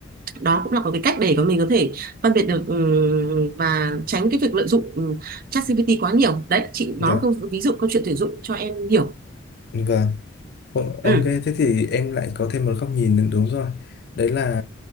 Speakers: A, on the right; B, on the left.
A: đó cũng là một cái cách để mà mình có thể phân biệt được ừ, và tránh cái việc lợi dụng ừ, ChatGPT quá nhiều đấy chị
B: Dạ.
A: nói câu ví dụ câu chuyện tuyển dụng cho em hiểu
B: Vâng, Vâng,
A: ừ
B: ok, thế thì em lại có thêm một góc nhìn nữa, đúng rồi. Đấy là,